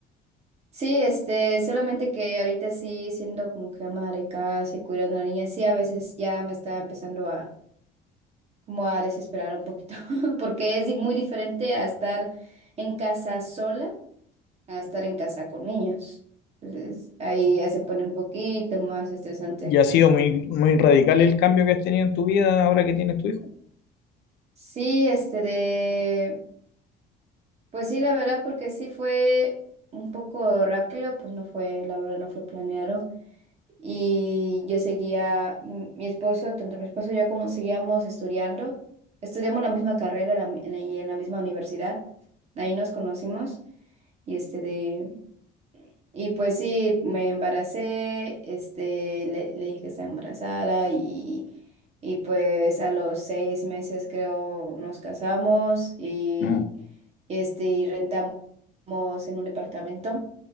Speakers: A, on the right; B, on the left.
A: Sí, este, solamente que ahorita sí siendo como que ama de casa y cuidando a la niña, sí a veces ya me está empezando a como a desesperar un poquito, <laughs> porque es di- muy diferente a estar en casa sola a estar en casa con niños. Entonces, ahí ya se pone un poquito más estresante.
B: ¿Y ha sido muy, muy radical el cambio que has tenido en tu vida ahora que tienes tu hijo?
A: Sí, este de, pues sí, la verdad, porque sí fue un poco rápido, pues no fue, la verdad, no fue planeado. Y yo seguía, mm, mi esposo, tanto mi esposo y yo como seguíamos estudiando, estudiamos la misma carrera en la mi- en la- y en la misma universidad, ahí nos conocimos. Y este de... Y pues sí, me embaracé, este, le, le dije que estaba embarazada y, y pues a los seis meses creo nos casamos y,
B: No,
A: y, este, y rentamos en un departamento.